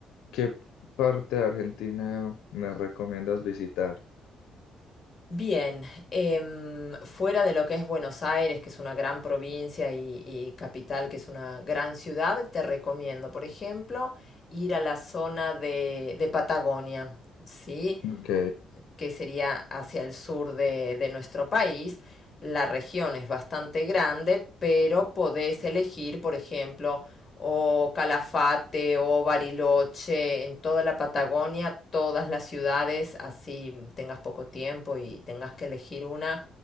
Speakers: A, on the left; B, on the left.
A: qué parte de Argentina me recomiendas visitar?
B: Bien, em, fuera de lo que es Buenos Aires, que es una gran provincia y, y capital, que es una gran ciudad, te recomiendo, por ejemplo, ir a la zona de, de Patagonia, ¿sí?
A: Ok,
B: que sería hacia el sur de, de nuestro país. La región es bastante grande, pero podés elegir, por ejemplo, o Calafate o Bariloche, en toda la Patagonia, todas las ciudades, así tengas poco tiempo y tengas que elegir una,